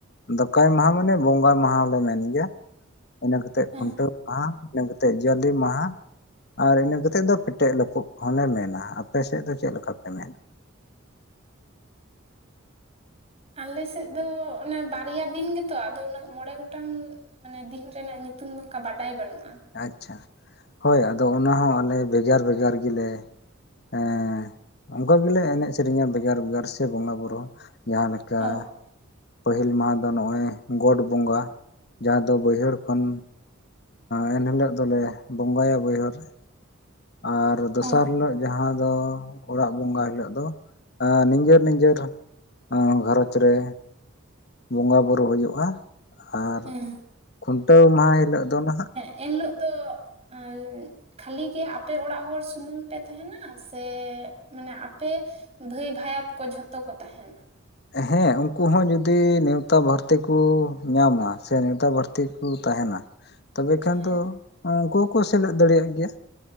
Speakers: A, on the left (about 50°); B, on the right (about 30°).
A: ᱫᱟᱠᱟᱭ ᱢᱟᱦᱟᱸ ᱢᱟᱱᱮ ᱵᱚᱸᱜᱟᱟᱭ ᱢᱟᱦᱟ ᱦᱚᱹᱞᱮ ᱢᱮᱱ ᱜᱮᱭᱟ ᱤᱱᱟᱹ ᱠᱟᱛᱮᱫ
B: ᱦᱮᱸ
A: ᱠᱷᱩᱱᱴᱟᱹᱜ ᱢᱟᱦᱟ ᱤᱱᱟᱹ ᱠᱟᱛᱮᱫ ᱡᱟᱹᱞᱤ ᱢᱟᱦᱟ᱾ ᱟᱨ ᱤᱱᱟᱹ ᱠᱟᱛᱮᱫ ᱫᱚ ᱠᱮᱴᱮᱡ ᱞᱟᱯᱩᱜ ᱠᱚᱦᱚᱸᱞᱮ ᱢᱮᱱᱼᱟ᱾ ᱟᱯᱮᱥᱮᱫ ᱫᱚ ᱪᱮᱫ ᱞᱮᱠᱟᱯᱮ ᱢᱮᱱᱼᱟ?
B: ᱟᱞᱮᱥᱮᱫ ᱫᱚ ᱚᱱᱮ ᱵᱟᱨᱭᱟ ᱫᱤᱱ ᱜᱮᱛᱚ ᱟᱫᱚ ᱩᱱᱟᱹᱜ ᱢᱚᱬᱮ ᱜᱚᱴᱟᱝ᱾ ᱢᱟᱱᱮ ᱫᱤᱱ ᱨᱮᱱᱟᱜ ᱧᱩᱛᱩᱢ ᱫᱚ ᱚᱱᱠᱟ ᱵᱟᱰᱟᱭ ᱵᱟᱹᱱᱩᱜᱼᱟ᱿
A: ᱟᱪᱪᱷᱟ ᱦᱳᱭ ᱟᱫᱚ ᱚᱱᱟ ᱦᱚᱸ ᱟᱞᱮ ᱵᱷᱮᱜᱟᱨ ᱵᱷᱮᱜᱟᱨ ᱜᱮᱞᱮ ᱮᱸ ᱚᱱᱠᱟ ᱜᱮᱞᱮ ᱮᱱᱮᱡ ᱥᱮᱨᱮᱧᱟ ᱵᱷᱮᱜᱟᱨ ᱵᱷᱮᱜᱟᱨ ᱥᱮ ᱵᱚᱸᱜᱟ ᱵᱩᱨᱩ᱾ ᱡᱟᱦᱟᱸ ᱞᱮᱠᱟ
B: ᱚ
A: ᱯᱟᱹᱦᱤᱞ ᱢᱟᱦᱟ ᱫᱚ ᱱᱚᱜᱼᱚᱭ ᱜᱚᱴ ᱵᱚᱸᱜᱟ ᱡᱟᱦᱟᱸ ᱫᱚ ᱵᱟᱹᱭᱦᱟᱹᱲ ᱠᱷᱚᱱ ᱮᱸ ᱮᱱ ᱦᱤᱞᱚᱜ ᱫᱚᱞᱮ ᱵᱚᱸᱜᱟᱭᱟ ᱵᱟᱹᱭᱦᱟᱹᱲ ᱨᱮ ᱟᱨ ᱫᱚᱥᱟᱨ
B: ᱚ
A: ᱦᱤᱞᱚᱜ ᱡᱟᱦᱟᱸ ᱫᱚ ᱚᱲᱟᱜ ᱵᱚᱸᱜᱟ ᱦᱤᱞᱚᱜ ᱫᱚ ᱦᱮᱸ ᱱᱤᱡᱮᱨ ᱱᱤᱡᱮᱨ ᱮᱸ ᱜᱷᱟᱨᱚᱸᱡᱽ ᱨᱮ ᱵᱚᱸᱜᱟ ᱵᱩᱨᱩ ᱦᱩᱭᱩᱜᱼᱟ ᱟᱨ
B: ᱦᱮᱸ
A: ᱠᱷᱩᱱᱴᱟᱹᱣ ᱢᱟᱦᱟ ᱦᱤᱞᱚᱜ ᱫᱚ ᱱᱟᱦᱟᱜ
B: ᱮᱱ ᱦᱤᱞᱚᱜ ᱫᱚ ᱮᱸᱭ ᱠᱷᱟᱹᱞᱤ ᱜᱮ ᱟᱯᱮ ᱚᱲᱟᱜ ᱦᱚᱲ ᱥᱩᱢᱩᱝ ᱯᱮ ᱛᱟᱸᱦᱮᱱᱟ ᱥᱮ ᱢᱟᱱᱮ ᱟᱯᱮ ᱵᱷᱟᱹᱭ ᱵᱷᱟᱭᱟᱛ ᱠᱚ ᱡᱷᱚᱛᱚ ᱠᱚ ᱛᱟᱸᱦᱮᱱᱟ᱾
A: ᱦᱮᱸ ᱩᱱᱠᱩ ᱦᱚᱸ ᱡᱩᱫᱤ ᱱᱮᱣᱛᱟ ᱵᱷᱟᱨᱛᱤ ᱠᱚ ᱧᱟᱢᱟ ᱥᱮ ᱱᱮᱣᱛᱟ ᱵᱷᱟᱨ ᱛᱮ ᱠᱚ ᱛᱟᱦᱮᱱᱟ ᱛᱚᱵᱮ ᱠᱷᱟᱱ
B: ᱦᱮᱸ
A: ᱫᱚ ᱩᱱᱠᱩ ᱦᱚᱸᱠᱚ ᱥᱮᱞᱮᱫ ᱫᱟᱲᱮᱭᱟᱜ ᱜᱮᱭᱟ